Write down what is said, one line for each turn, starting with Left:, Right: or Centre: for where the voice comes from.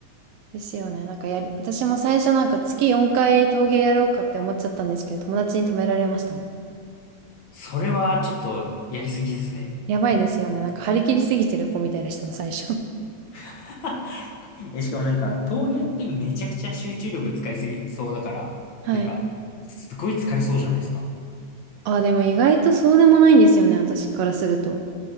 Right: ですよね。なんかやり、私も最初なんか月4回陶芸やろうかって思っちゃったんですけど、友達に止められました。
Left: それはちょっとやりすぎですね。
Right: やばいですよね。なんか張り切りすぎてる子みたいでしたもん、最初。
Left: <laughs> え、しかもなんか、陶芸ってめちゃくちゃ集中力使いすぎそうだから、
Right: <laughs> はい。
Left: なんか、すごい疲れそうじゃないですか。
Right: あ、でも意外とそうでもないんですよね、私からすると。